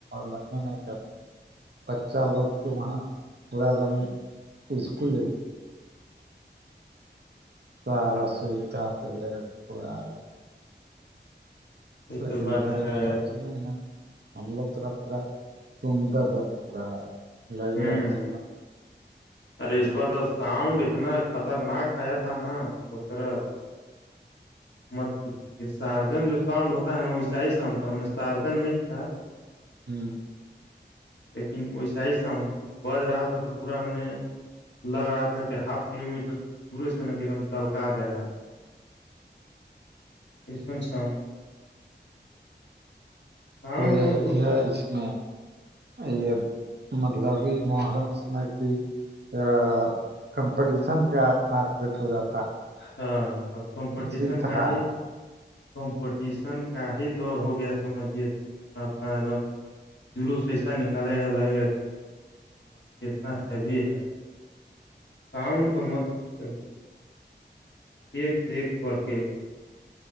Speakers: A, on the right; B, on the left.
A: لگ میں نے کہ بچہ لوگ کے وہاں تھوڑا دم اسکول سارا
B: بات
A: سھا پل پورام
B: یہ تو
A: ا ک
B: بات
A: ادھر
B: ہے
A: اسٹاف سے نہیں نا ہملو طرا پا سندر پا لگ
B: ہوں
A: س
B: ارے اس بار تو ساؤنڈ اتنا خطرناک آیا تھا نا ہم لوگ تورا مت کچھ یہ سارجن جو ساؤنڈ ہوتا ہے نا ویسا ہی ساؤنڈ تھا میں نے سارجن نہیں تھا
A: ہوں
B: لیکن ویسا ہی ساؤنڈ تھا بج رہا تھا تو پورا میں نے لگ رہا تھا کہ ہاف کلو میٹر دورے سے نا ایک دم دلکا دے رہا ہے پورا اسن ساؤن تھا ساؤنڈ
A: تو یہی
B: وڈ پر
A: ہے اس میں یہ مطلب یہ محرم س کی ا کمپٹیشن کا مارکیٹ ہو جاتا
B: ہاں اب کمپٹیشن
A: ہے جیت
B: کا
A: ہار
B: ہے کمپٹیشن کا ہی دور ہو گیا سمجھیے تو اپنا اپنا ایک دم جلو سیسا نکالے گا لگے گا کہٹ کتنا ہیوی ہے ساؤنڈ تو مت کچھ کای ہے ایک سے ایک بڑھ کے ایک دم ہے